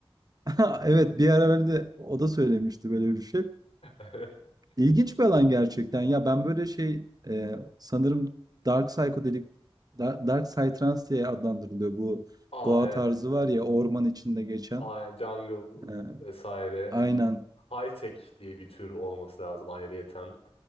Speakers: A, on the right; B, on the left.
A: <laughs> evet bir ara böyle de o da söylemişti böyle bir şey.
B: <laughs>
A: İlginç bir alan gerçekten. Ya ben böyle şey e, sanırım Dark Psychedelic Dark, Dark Psytrance diye adlandırılıyor. Bu
B: Aa
A: Goa
B: evet.
A: tarzı var ya orman içinde geçen.
B: Aynen, jungle
A: E,
B: vesaire.
A: aynen.
B: High tech diye bir tür olması lazım ayrıyeten.